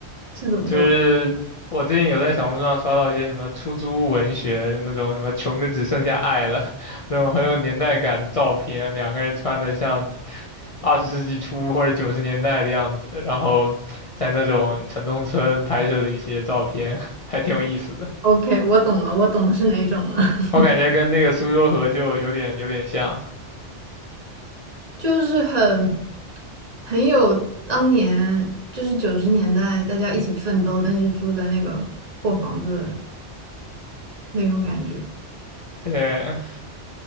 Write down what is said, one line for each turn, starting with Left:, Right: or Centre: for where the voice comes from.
Right: <laughs> 是怎么说
Left: 就是我最近有在小红书上刷到一些什么出租屋文学那种什么穷的只剩下爱了，<laughs> 那种很有年代感的照片，两个人穿的像二十世纪初或者九十年代的样子，然后在那种城中村拍摄的一些照片，<laughs> 还挺有意思的。
Right: ？OK，我懂了，我懂是哪种了，<laughs>
Left: 我感觉跟那个苏州河就有点有点像，
Right: 就是很很有当年就是九十年代大家一起奋斗，但是住在那个破房子的那种感觉。
Left: 对，